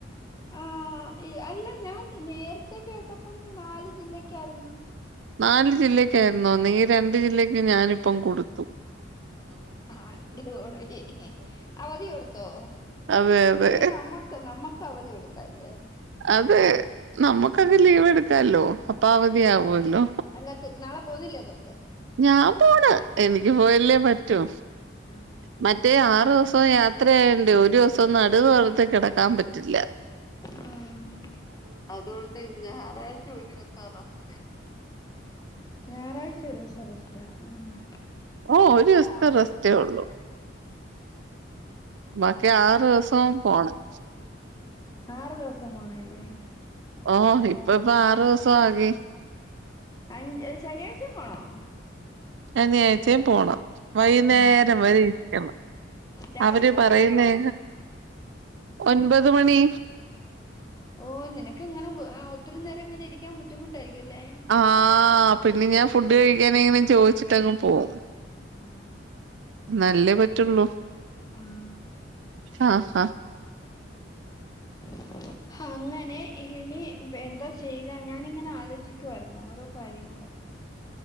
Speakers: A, on the left (about 20°); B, on the right (about 65°).
A: ആഹ് അഹ് അല്ല ഞാൻ നേരത്തെ കേട്ടപ്പം നാല് ജില്ലക്കായിരുന്ന്
B: നാല് ജില്ലക്കായിരുന്നോ നീ ഈ രണ്ട് ജില്ലക്ക് ഞാനിപ്പം കൊടു
A: അടിപൊളി അവധി കൊടുത്തോ
B: അതെ അതെ
A: പിന്നെ നമ്മക്ക് നമ്മക്ക് അവധി കൊടുക്കല്ലേ
B: അതെ നമ്മുക്കത് ലീവ് എടുക്കാലോ അപ്പ അവധി ആവുമല്ലോ
A: അല്ലാ നാളെ പോകുന്നില്ലേ അതുകൊണ്ട്
B: ഞാൻ പോണ് എനിക്ക് പോയല്ലേ പറ്റു
A: ആഹ്
B: മറ്റേ ആറു ദിവസം യാത്രയായൊണ്ടേ ഒരു ദിവസം നടുനിവർത്തി കിടക്കാൻ പറ്റില്ല
A: ആഹ് അതുകൊണ്ട് ഞായറാഴ്ച ഒരു ദിവസം റസ്റ്റ് ഞായറാഴ്ച ഒരു ദിവസം റസ്റ്റ് മ്
B: ഓ ഒരു ദിവസത്തെ
A: ആഹ്
B: റെസ്റ്റേ ഉള്ളൂ ബാക്കി ആറ് ദിവസം പോണം
A: ആറ് ദിവസം പോണല്ലേ
B: ഓ ഇപ്പ ഇപ്പ ആറു ദിവസം ആകി
A: അ ശനിയാഴ്ചേമ് പോണോ
B: അനിയാഴ്ചേമ് പോണം വൈകുന്നേരം
A: ആഹ്
B: വരെ ഇരിക്കണം
A: രാവിലെ
B: അവര്
A: എത്ര
B: പറയുന്നേ
A: മണിക്ക് തൊടങ്ങും
B: ഒൻപത് മണി
A: ഓ നിനക്കിങ്ങനെ ഒത്തിരി നേരം ഇങ്ങനെ ഇരിക്കാൻ ബുദ്ധിമുട്ടായിരിക്കുംല്ലേ
B: ആഹ് പിന്നെ ഞാൻ ഫുഡ് കഴിക്കാനെങ്ങനും ചോദിച്ചിട്ടങ്ങ് പോകും
A: ആഹ്
B: ന്നാലല്ലേ പറ്റുള്ളൂ
A: ആഹ്
B: ആഹ് ഹ
A: <inaudible> അങ്ങനെ ഇനി എന്താ ചെയ്യുക ഞാനിങ്ങനെ ആലോചിക്കുവായിരുന്നു ഓരോ കാര്യങ്ങളും